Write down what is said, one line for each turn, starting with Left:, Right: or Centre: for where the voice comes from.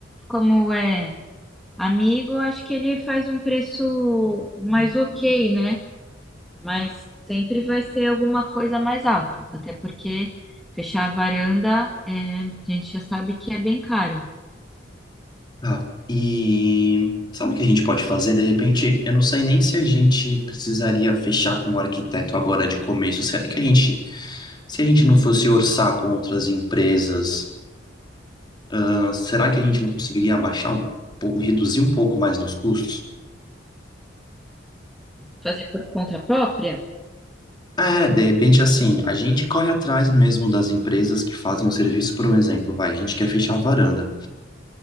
Centre: como é. Amigo, acho que ele faz um preço mais ok, né? Mas sempre vai ser alguma coisa mais alta, até porque fechar a varanda, é, a gente já sabe que é bem caro.
Left: Tá. E sabe o que a gente pode fazer? De repente, eu não sei nem se a gente precisaria fechar com o arquiteto agora de começo. Será que a gente, se a gente não fosse orçar com outras empresas, ah, será que a gente não conseguiria abaixar um pouco, reduzir um pouco mais dos custos?
Centre: Fazer por conta própria?
Left: É, de repente, assim, a gente corre atrás mesmo das empresas que fazem o serviço, por um exemplo, vai, a gente quer fechar a varanda.